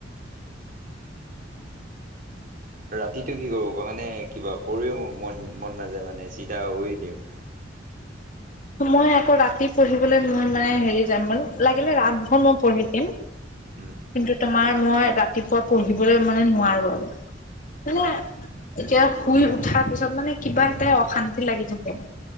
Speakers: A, on the right; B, on the left.
A: ৰাতিতটো কি কৰিব প মানে কিবা পৰিও মোৰ মন মন নাযায় মানে চিধা উৰি দিওঁ।
B: মই আকৌ ৰাতি পঢ়িবলৈ মই মানে হেৰি যাম মান লাগিলে ৰাতভন মই পঢ়ি দিম।
A: উম
B: কিন্তু তোমাৰ, মই ৰাতিপুৱা পঢ়িবলৈ মানে নোৱাৰো আৰু। মানে এতিয়া। শুই উঠাৰ পিছত মানে কিবা এটাই অশান্তি লাগি থাকে।